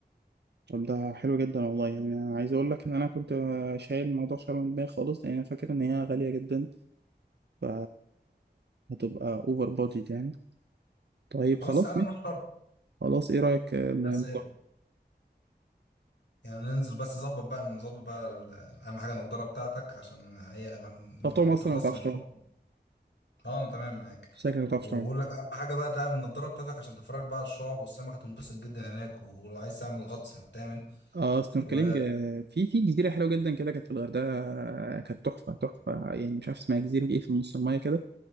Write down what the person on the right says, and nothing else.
طب ده حلو جدا والله يعني أنا عايز اقول لك ان انا كنت شايل الموضوع شايل من دماغي خالص لان انا فاكر ان هي غاليه جدا ف هتبقى اوفر بادجت يعني طيب
خلاص
ماشي
خلاص ايه رايك ان
تعرف
تعوم اصلا
ولا ما تعرفش
تعوم
شكلك ما تعرفش
تعوم
اه سنوركلينج
آه، في في جزيره حلوه جدا كده كانت في الغردقه آه، كانت تحفه تحفه يعني مش عارف اسمها جزيره ايه في نص المايه كده